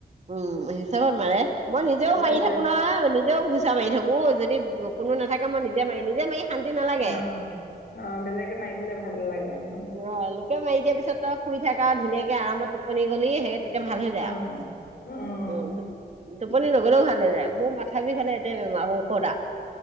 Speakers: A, on the right (about 45°); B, on the left (about 75°).
A: উম, হিচাপত মাৰে। মই নিজেও মাৰি
B: হৈ
A: থাকো
B: যায়
A: নহয়, নিজেও ঘুচা মাৰি থাকো, যদি কোনো নাথাকে মই নিজে মাৰি নিজে মাৰি শান্তি নালাগে
B: অ, অ, বেলেগে মাৰি দিলে ভাল লাগে অকমান।
A: অহ, লোকে মাৰি দিয়াৰ পিছত তই শুই থাক আৰু ধুনীয়াকে আৰামত টোপনি গলি। সেই তেতিয়া ভাল হৈ যায়
B: অঁ
A: আৰু
B: অঁ
A: উম, টোপনি নগলেও ভাল হৈ যায়। মোৰ মাথা বিষ হ'লে, এইটোৱে বেমাৰ ঔষধ আও।